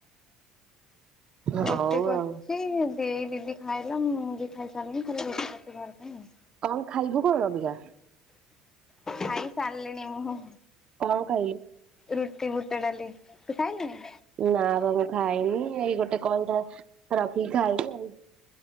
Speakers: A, on the right (about 45°); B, on the left (about 25°).
A: ହଉ
B: ରୁଟି କରିଛି
A: ଆଉ
B: ଦେଇ ଦିଦି ଖାଇଲା ମୁଁ ବି ଖାଇସାରିଲିନି ଖାଲି ରୁଟି କରଛି ଘର ପାଇଁ ଆଉ।
A: କଣ ଖାଇଲୁ କଣ ଅବିକା?
B: ଖାଇ ସାରିଲିଣି ମୁଁ
A: କଣ ଖାଇଲୁ?
B: ରୁଟି ବୁଟ ଡାଲି ତୁ ଖାଇଲୁଣି?
A: ନା ବା ମୁଁ ଖାଇନି ଏଇ ଗୋଟେ କଲ ଟା ରଖିକି ଖାଇବି ଆଉ।